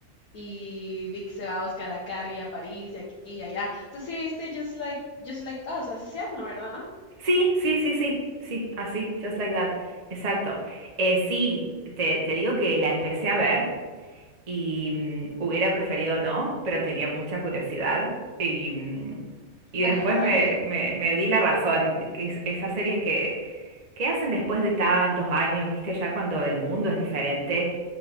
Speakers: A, on the left; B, on the right.
A: y Vic se va a buscar a Carrie a París y aquí y allá. Tú sí viste Just Like, Just Like Us, así se llama, ¿verdad?
B: Sí, sí, sí, sí, sí, así, just like that. Exacto. Eh, sí, te, te digo que la empecé a ver y mm, hubiera preferido no, pero tenía mucha curiosidad y, mm, y
A: Ajá.
B: después me, me, me di la razón, de que es- esas series que, que hacen después de tantos años, viste, ya cuando el mundo es diferente